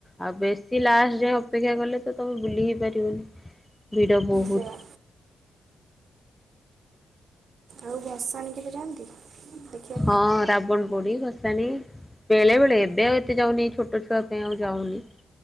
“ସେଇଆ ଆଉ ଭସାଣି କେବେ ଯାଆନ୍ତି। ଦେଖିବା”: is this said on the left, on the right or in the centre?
Right